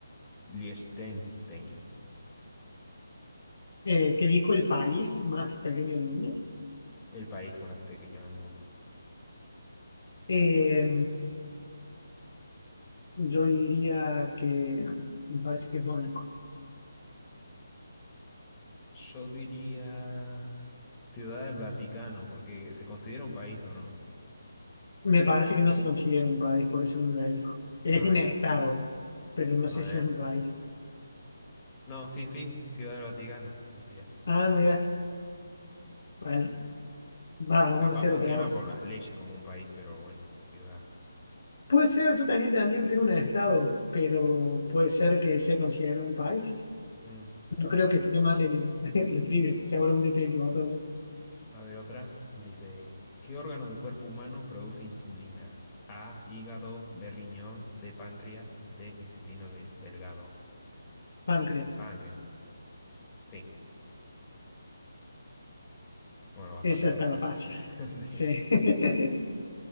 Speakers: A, on the left; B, on the left.
A: Liechtenstein.
B: Eh, ¿qué dijo el país más pequeño del mundo?
A: El país más pequeño del mundo.
B: Eh, yo diría que me parece que es Mónaco.
A: Yo diría Ciudad del Vaticano, porque se considera un país o no.
B: Me parece que no se considera un país, por eso no la dijo. Es
A: Ah,
B: un estado, pero no
A: a
B: sé
A: ver.
B: si es un país.
A: No, sí, sí, Ciudad del Vaticano, decía.
B: Ah, mira, bueno, vamos,
A: Capaz
B: 1-0
A: funciona
B: para vos.
A: por las leyes como un país, pero bueno, ciudad.
B: Puede ser, yo también te entendido que era un estado, pero puede ser que sea considerado un país.
A: Mm,
B: No creo que esté mal el, <laughs> la trivia. Seguramente estoy equivocado.
A: A ver, otra. Dice, ¿qué órgano del cuerpo humano produce insulina? A, hígado, B, riñón, C, páncreas, D, intestino le- delgado.
B: Páncreas.
A: El páncreas. Sí. Bueno, bastante
B: Esa
A: fácil.
B: estaba fácil.
A: <laughs>
B: Sí.
A: Sí.
B: <laughs>